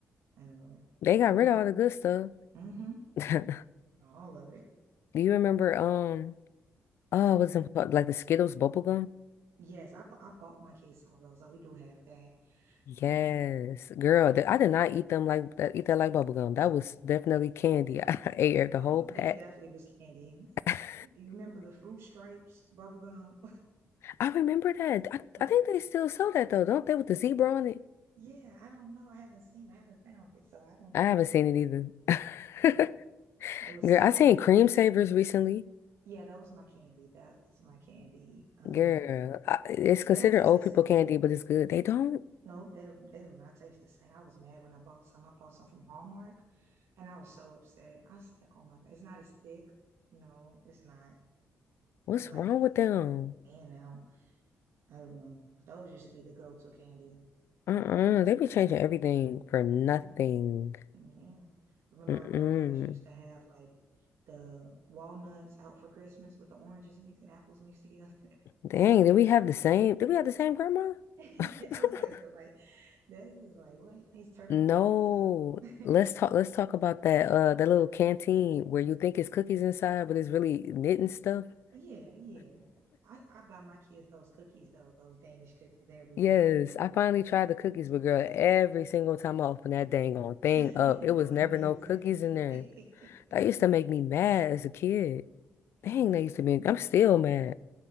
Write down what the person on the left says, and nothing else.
They got
rid
of all the good stuff.
<laughs>
Do you remember, um, oh, what's it called? Like the Skittles bubble gum?
Yes,
girl, th- I did not eat them like that, eat that like bubble gum. That was definitely candy. <laughs> I ate the
whole pack.
<laughs>
I remember that. I,
I think they still sell that though, don't they? With the zebra on it.
I haven't seen it either. <laughs>
Girl,
I seen cream savers recently.
Girl, I, it's considered
old
people candy,
but it's good. They don't.
What's
wrong
with them?
Uh-uh. They be changing everything for nothing.
Mm-mm.
Dang, did we have the same? Did we have the same grandma?
<laughs>
No.
Let's talk. Let's talk about that. Uh, that little canteen where you think it's cookies inside, but it's really knitting stuff. <laughs>
Yes, I finally tried the cookies, but girl, every single time I opened that dang on
thing
up, it was
never
no cookies
in there.
That used to make me mad as a kid.
Dang,
that used to make
I'm still mad.